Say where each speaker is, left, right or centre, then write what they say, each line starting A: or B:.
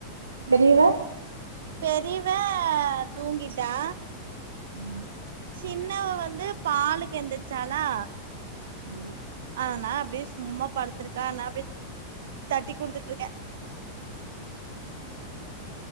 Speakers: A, on the right (about 75°); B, on the right (about 60°).
A: பெரியவ
B: பெரியவ தூங்கிட்டா
A: ம்
B: சின்னவ வந்து பாலுக்கு எந்திருச்சாலா
A: ம்
B: அதனால அப்டியே சும்மா படுத்துருக்க ஆனா அப்டியே தட்டிக் குடுத்துட்ருக்க <inaudible>